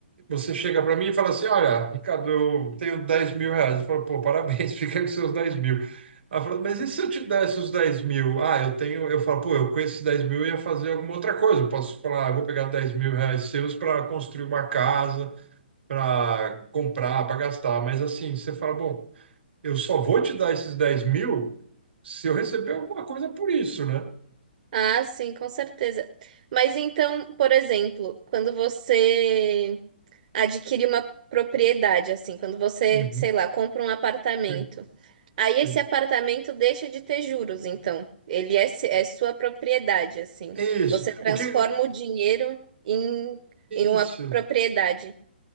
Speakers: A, on the right (about 75°); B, on the right (about 45°).
A: você chega para mim e fala assim: Olha, Ricardo, eu tenho 10 mil reais. Eu falo, pô, parabéns, <laughs> fica com seus 10 mil. Ela fala, mas e se eu te desse os dez mil? Ah, eu tenho. Eu falo, pô, eu com esses 10 mil eu ia fazer alguma outra coisa. Eu posso falar, "Ah, eu vou pegar 10 mil reais seus para construir uma casa para comprar, para gastar. Mas assim, você fala, bom, eu só vou te dar esses 10 mil se eu receber alguma coisa por isso, né?
B: Ah, sim, com certeza. Mas então, por exemplo, quando você adquire uma propriedade, assim, quando você,
A: Uhum.
B: sei lá, compra um apartamento,
A: Sim,
B: aí
A: sim.
B: esse apartamento deixa de ter juros, então. Ele é, se- é sua propriedade, assim.
A: Isso.
B: Você transforma
A: O que...
B: o dinheiro em, em uma
A: Isso.
B: propriedade.